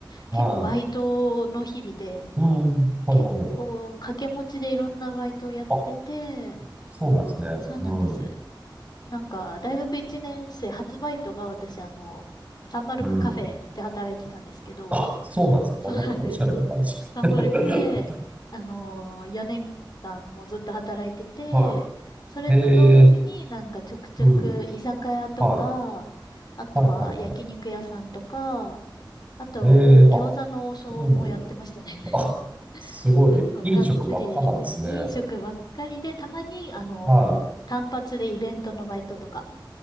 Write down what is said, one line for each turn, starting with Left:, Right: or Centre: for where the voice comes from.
Right: はい。
Left: 結構バイトの日々で、
Right: うん、はいはいはい。
Left: 結構掛け持ちでいろんなバイトをやってて、
Right: あ、そうなんですね。
Left: そうなんです。
Right: うん、
Left: なんか、大学1年生初バイトが私、あの、サンマルクカフェで働いてたんですけど、
Right: うん。あ、そうなんですか。
Left: そうなんです。
Right: あ、なんかおしゃれな感じ。
Left: <laughs> サンマルクで、
Right: <laughs> あ、
Left: あのー、4年間もずっと働いてて、
Right: は
Left: それと同時になんかちょくちょく居酒屋とか、
Right: い。へえ、うん。はい。
Left: あとは焼肉屋さんとか、
Right: はいはいはい。
Left: あと餃子の王将もやってましたね。
Right: ええあ、そうなんだ。あ、すごい。
Left: <laughs> そうそう、
Right: 飲食ばっかなんですね。
Left: がっつり飲食ばっかりで、たまにあの、
Right: はい。
Left: 単発でイベントのバイトとか、